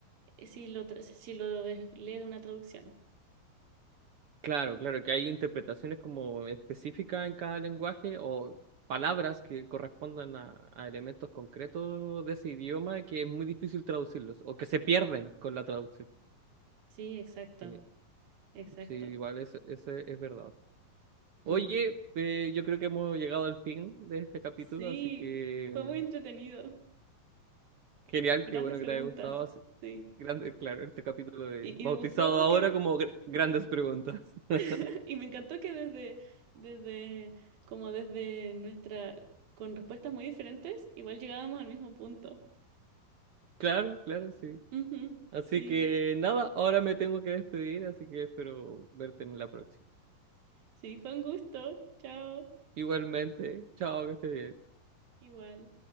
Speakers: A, on the right; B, on the right.
A: eh, si lo, tra- si lo ves- lees de una traducción.
B: Claro, claro, que hay interpretaciones como específicas en cada lenguaje o palabras que correspondan a, a elementos concretos de ese idioma que es muy difícil traducirlos o que se pierden con la traducción.
A: Sí, exacto,
B: Sí,
A: exacto.
B: sí, igual es, eso es verdad. Oye,
A: Ujú.
B: eh, yo creo que hemos llegado al fin de este capítulo,
A: Sí,
B: así que
A: fue muy entretenido.
B: genial,
A: Grandes
B: qué bueno
A: preguntas,
B: que te haya gustado. Así-
A: sí.
B: grande, claro, este capítulo de
A: Y, y
B: bautizado
A: me gustó
B: ahora
A: que,
B: como gr- grandes
A: sí.
B: preguntas. <laughs>
A: <laughs> y me encantó que desde, desde, como desde nuestra, con respuestas muy diferentes, igual llegábamos al mismo punto.
B: Claro, claro, sí.
A: Ujú,
B: Así
A: Sí.
B: que nada, ahora me tengo que despedir, así que espero verte en la próxima.
A: Sí, fue un gusto. Chao.
B: Igualmente, chao, que estés bien.
A: Igual.